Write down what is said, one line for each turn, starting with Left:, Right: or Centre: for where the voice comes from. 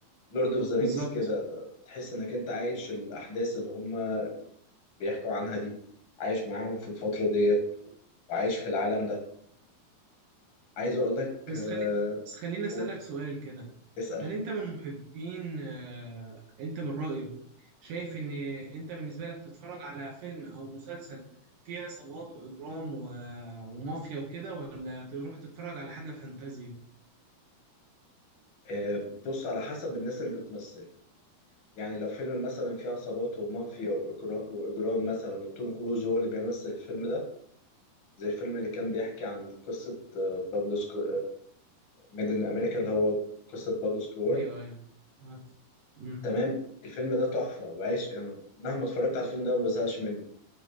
Left: لورد اوف ذا رينجز
Right: بالظبط
Left: كده تحس انك انت عايش الاحداث اللي هم بيحكوا عنها دي عايش معاهم في الفترة ديت وعايش في العالم ده عايز اقول لك
Right: بس
Left: آه،
Right: خلي بس خليني أسألك
Left: قول
Right: سؤال كده
Left: اسأل
Right: هل انت من محبين آه، انت من رأيك شايف ان انت بالنسبة لك تتفرج على فيلم او مسلسل فيه عصابات واجرام و- ومافيا وكده ولا تروح تتفرج على حاجة فانتازيا
Left: آه، بص على حسب الناس اللي بتمثل يعني لو فيلم مثلا فيه عصابات ومافيا وإجرا- وإجرام مثلا وتوم كروز هو اللي بيمثل الفيلم ده زي الفيلم اللي كان بيحكي عن قصة آه، بابلو سكو... ميد إن أمريكا اللي هو قصة بابلو سكور
Right: ايوه ايوه عارف امم
Left: تمام الفيلم ده تحفة وعايش أنا يعني مهما اتفرجت على الفيلم ده ما بزهقش منه